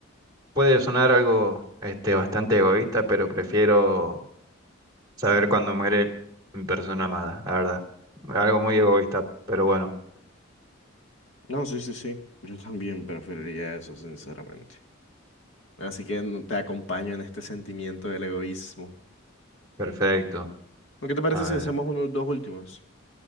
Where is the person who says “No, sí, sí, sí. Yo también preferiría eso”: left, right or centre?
Left